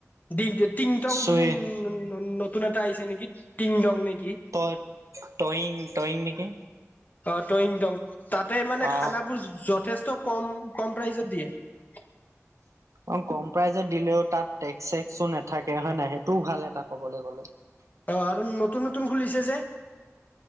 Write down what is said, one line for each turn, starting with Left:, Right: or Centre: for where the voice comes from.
Left: ডি টিংটং
Right: চুই
Left: বুলি নতুন এটা আহিছে নেকি টিং দং নেকি।
Right: তই টয়িং টয়িং নেকি।
Left: অ টয়িং দং, তাতে মানে
Right: অ
Left: খানাবোৰ যথেষ্ট কম কম প্ৰাইজত দিয়ে। <inaudible>
Right: অঁ কম প্ৰাইজত দিলেও তাত টেক্স চেক্সো নাথাকে হয়ে নাই, সেইটোও ভাল এটা কবলৈ গলে।
Left: অঁ আৰু নতুন নতুন খুলিছে যে।